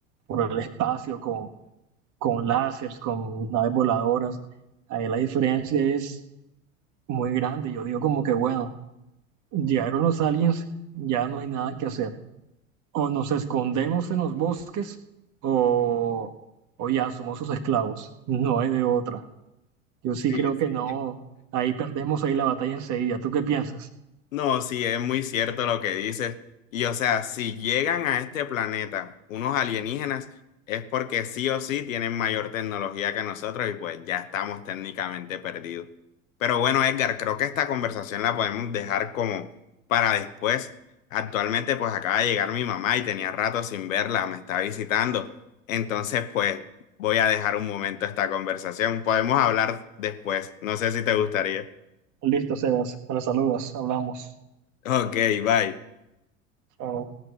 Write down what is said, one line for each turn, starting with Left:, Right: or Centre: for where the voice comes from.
Right: por el espacio con, con láseres, con naves voladoras. Ahí la diferencia es muy grande. Yo digo como que, bueno, llegaron los aliens, ya no hay nada que hacer. O nos escondemos en los bosques o, o ya somos sus esclavos. No hay de otra. Yo sí
Left: Sí,
Right: creo que
Left: sí.
Right: no. Ahí perdemos ahí la batalla enseguida. ¿Tú qué piensas?
Left: No, sí, es muy cierto lo que dices. Y o sea, si llegan a este planeta unos alienígenas, es porque sí o sí tienen mayor tecnología que nosotros y pues ya estamos técnicamente perdidos. Pero bueno, Edgar, creo que esta conversación la podemos dejar como para después. Actualmente pues acaba de llegar mi mamá y tenía rato sin verla, me está visitando. Entonces pues voy a dejar un momento esta conversación. Podemos hablar después. No sé si te gustaría.
Right: Listo, Sebas. Me la saludas. Hablamos.
Left: Ok, bye.
Right: Chao.